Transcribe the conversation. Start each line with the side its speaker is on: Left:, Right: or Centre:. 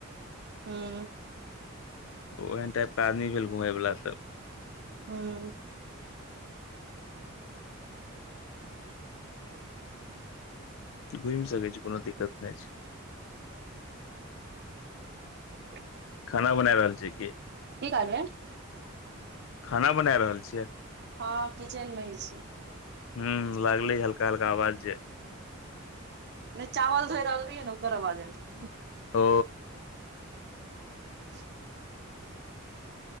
Right: हुं।
Left: ओहेन टाइप कऽ आदमी भेल घुमय वला सब।
Right: हूँ।
Left: घुइम सकै छी कोनो दिक्कत नै छै।
Right: <unintelligible>
Left: खाना बना रहल छी कि?
Right: की कहलियै?
Left: खाना बनाऽ रहल छियै?
Right: हाॅं किचेन में छी।
Left: हू लागले हल्का हल्का आवाज जे।
Right: नैं चावल धोइ रहल रहिए ने ओकर आबाज आबय छैं।
Left: ओ।
Right: <unintelligible>